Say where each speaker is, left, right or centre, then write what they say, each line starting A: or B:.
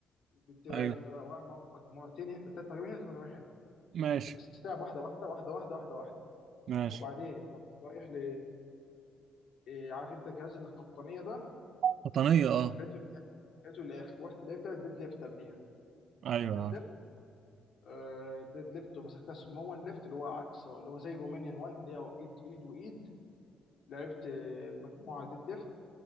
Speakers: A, on the left; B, on the right.
A: بالدراعين
B: ايوه
A: و- ومع مجموعتين هنا، ثلاث مجاميع هنا، ثلاث مجاميع حلو
B: ماشي
A: بس تلعب واحده واحده واحده واحده واحده واحده
B: ماشي
A: وبعدين رحت رايح ل إيه، عارف انت جهاز القطنيه ده
B: قطنية اه
A: دخلته للاخر دخلته للاخر ورحت لعبت الديد ليفت قبليها جبت
B: ايوه
A: الديد
B: عارف
A: ليفت آه، الديد ليفت ومسكتها سمون ليفت اللي هو عكس اللي هو زي رومانيان 1 اللي هو ايد ايد وايد لعبت آه، مجموعه ديد ليفت